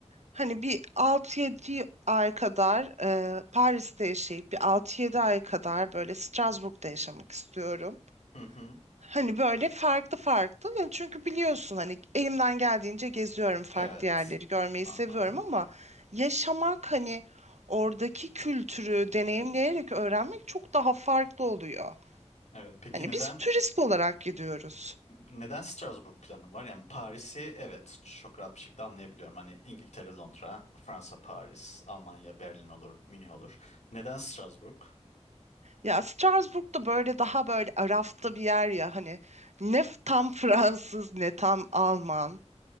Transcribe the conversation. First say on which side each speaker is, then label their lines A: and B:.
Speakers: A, on the right (about 70°); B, on the left (about 75°).
A: hani bir 6 yedi ay kadar eee, Paris'te yaşayıp bir 6 yedi ay kadar böyle Strasbourg'da yaşamak istiyorum.
B: Hı hı.
A: Hani böyle farklı farklı. Yani çünkü biliyorsun hani elimden geldiğince geziyorum farklı
B: Evet.
A: yerleri görmeyi
B: Aha.
A: seviyorum ama yaşamak hani oradaki kültürü deneyimleyerek öğrenmek çok daha farklı oluyor.
B: Evet. Peki
A: Hani
B: neden
A: biz turist olarak gidiyoruz.
B: neden Strasbourg planın var? Yani Paris'i evet çok rahat bir şekilde anlayabiliyorum. Hani İngiltere, Londra, Fransa, Paris, Almanya, Berlin olur, Münih olur. Neden Strasbourg?
A: Ya Strasbourg da böyle daha böyle arafta bir yer ya hani ne tam Fransız ne tam Alman.